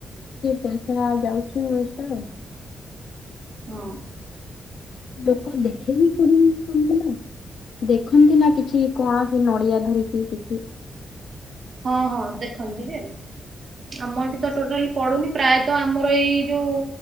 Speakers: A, on the left; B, on the right.
A: ପଇସା ଯାଉଛି ୱେଷ୍ଟ ଆଉ।
B: ହଁ।
A: ଲୋକ ଦେଖେଇ ବିି <unintelligible> ନା। ଦେଖନ୍ତି ନା କିଛି କୌଣସି ନଡିଆ ଧରକି କିଛି।
B: ହଁ ହଁ ଦେଖନ୍ତି ଯେ ଆମ ଏଠି ତ ଟୋଟାଲି ପଡୁନି ପ୍ରାୟତଃ ଆମର ଏଇ ଯୋଉ